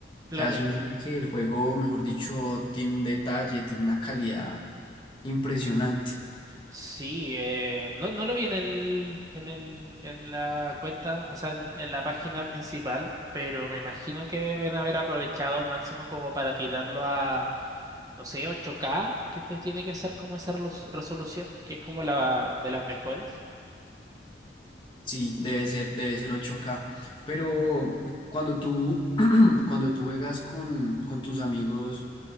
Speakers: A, on the right; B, on the left.
A: Claro,
B: sea, eso indica que el juego, mejor dicho, tiene un detalle, tiene una calidad impresionante.
A: sí, eh, no, no lo vi en el, en el, en la cuenta, o sea, en, en la página principal, pero me imagino que deben haber aprovechado al máximo como para tirarlo a no sé, 8K, que te tiene que ser como esa relo- resolución, que es como la de las mejores.
B: Sí, debe ser, debe ser ocho k Pero cuando tú, <clears throat> cuando tú juegas con, con tus amigos,